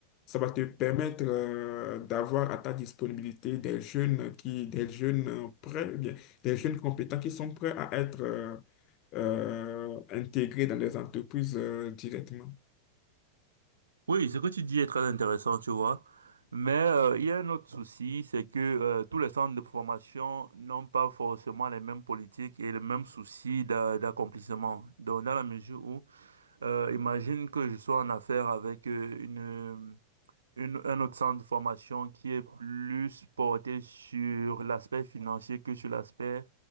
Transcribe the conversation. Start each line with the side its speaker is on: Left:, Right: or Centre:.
Left: ça va te permettre euh, d'avoir à ta disponibilité des jeunes qui, des jeunes prêts, ou bien, des jeunes compétents qui sont prêts à être euh, euh, intégrés dans les entreprises euh, directement.
Right: Oui, ce que tu dis est très intéressant, tu vois. Mais euh, il y a un autre souci, c'est que euh, tous les centres de formation n'ont pas forcément les mêmes politiques et les mêmes soucis d'a- d'accomplissement. Donc, dans la mesure où, euh, imagine que je sois en affaire avec euh, une- un autre centre de formation qui est plus porté sur l'aspect financier que sur l'aspect